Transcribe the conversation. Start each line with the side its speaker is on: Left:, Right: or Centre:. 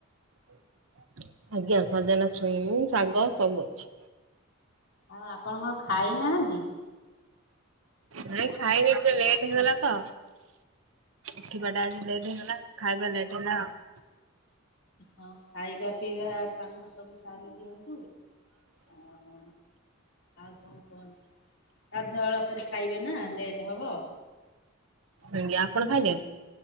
Right: <inaudible> ଆଜ୍ଞା ସଜନା ଛୁଇଁ ଶାଗ ସବୁ ଅଛି।
Left: ଆଉ ଆପଣ କଣ ଖାଇ ନାହାନ୍ତି?
Right: ନାଇଁ ଖାଇନି ଟିକେ ଲେଟ୍ ହେଇଗଲା ତ। ଉଠିବାଟା ଆଜି ଲେଟ୍ ହେଇଗଲା ଖାଇବା ଲେଟ ହେଲା ଆଉ।
Left: ହଁ ଖାଇବା ପିଇବା କାମ ସବୁ ସାରି ଦିଅନ୍ତୁ। ଆଉ ଆଉ କଣ କୁହନ୍ତୁ ଗାଧୁଆଳ ପରେ ଖାଇବେ ନା ଲେଟ ହବ।
Right: ଆଜ୍ଞା ଆପଣ
Left: ଆଉ
Right: ଖାଇଲେ?